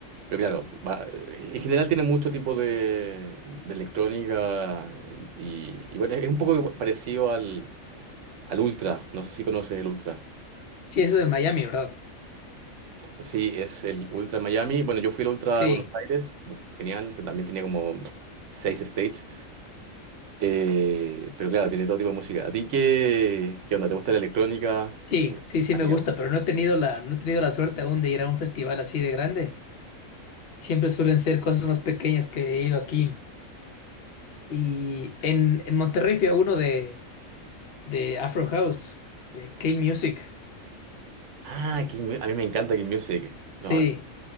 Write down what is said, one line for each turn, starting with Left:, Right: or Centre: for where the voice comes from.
Right: Pero claro, va- en general tiene mucho tipo de, de electrónica y, y bueno, es un poco igual- parecido al, al Ultra, no sé si conoces el Ultra.
Left: Sí, eso es en Miami, ¿verdad?
Right: Sí, es el Ultra Miami. Bueno, yo fui al Ultra
Left: Sí,
Right: de Buenos Aires, genial, se- también tenía como seis stages. Eh, pero claro, tiene todo tipo de música. ¿A ti qué, qué onda? ¿Te gusta la electrónica?
Left: sí, sí, sí
Right: ¿Has
Left: me
Right: ido?
Left: gusta, pero no he tenido la, no he tenido la suerte aún de ir a un festival así de grande. Siempre suelen ser cosas más pequeñas que he ido aquí. Y en, en Monterrey fui a uno de, de Afro House, de K-Music.
Right: Ah, King Mu- a mí me encanta King Music. Son,
Left: Sí,